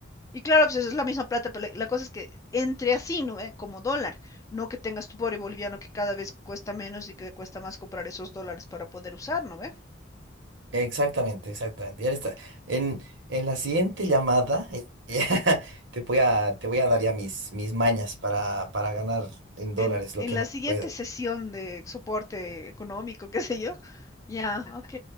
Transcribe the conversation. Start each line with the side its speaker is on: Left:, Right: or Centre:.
Left: Y claro, pues es la misma plata, pero la, la cosa es que entre así, ¿no? ve? Como dólar, no que tengas tu pobre boliviano que cada vez cuesta menos y que te cuesta más comprar esos dólares para poder usar, ¿no ve?
Right: Exactamente, exactamente. Ya está. En, en la siguiente llamada eh, <laughs> ya te voy a, te voy a dar ya mis, mis mañas para, para ganar en
Left: En,
Right: dólares lo
Left: en
Right: que
Left: la
Right: más
Left: siguiente
Right: pueda.
Left: sesión de soporte económico, qué sé yo. Ya, ok.